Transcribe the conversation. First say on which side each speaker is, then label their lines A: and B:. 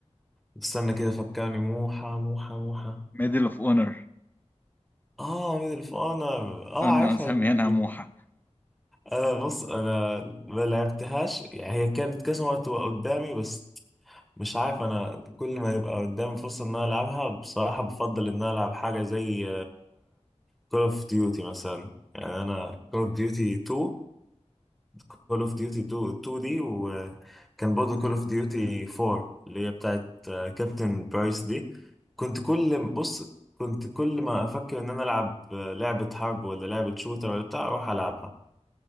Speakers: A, in the centre; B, on the left.
A: استنى كده فكرني موحى موحى موحى
B: ميدل اوف اونر
A: اه ميدل اوف اونر اه
B: كنا
A: عارفها
B: مسميينها
A: اللعبة دي
B: موحة
A: انا بص انا ما لعبتهاش يعني هي كانت كذا مرة تبقى قدامي بس مش عارف انا كل ما يبقى قدامي فرصة ان انا العبها بصراحة بفضل ان انا العب حاجة زي كول اوف ديوتي مثلا يعني انا كول اوف ديوتي 2 كول اوف ديوتي 2 2 دي وكان برضه كول اوف ديوتي 4 اللي هي بتاعت كابتن برايس دي كنت كل بص كنت كل ما افكر ان انا العب آه، لعبة حرب ولا لعبة شوتر ولا بتاع اروح العبها